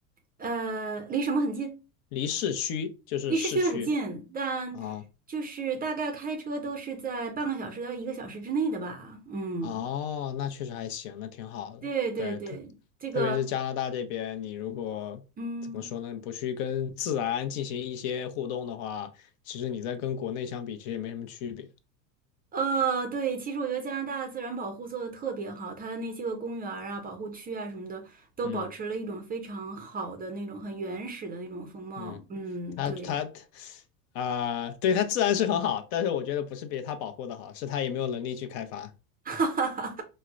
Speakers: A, on the right; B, on the left.
A: 呃，离什么很近？
B: 离市区就是市区
A: 离市区很近，但就是大概开车都是在半个小时到一个小时之内的吧。
B: 啊
A: 嗯。
B: 哦，那确实还行，那挺好的。
A: 对对对，
B: 对，特
A: 这个，
B: 特别是加拿大这边，你如果怎么说呢，
A: 嗯，
B: 不去跟自然进行一些互动的话，其实你在跟国内相比，其实也没什么区别。
A: 呃，对，其实我觉得加拿大的自然保护做的特别好，它的那些个公园儿啊、保护区啊什么的，都保持了一种非常好的那种很原始的那种风貌。
B: 嗯。嗯，
A: 嗯，
B: 他他
A: 对，
B: 啊、对，他自然是很好，但是我觉得不是别他保护的好，是他也没有能力去开发，
A: <laughs> 哈哈哈，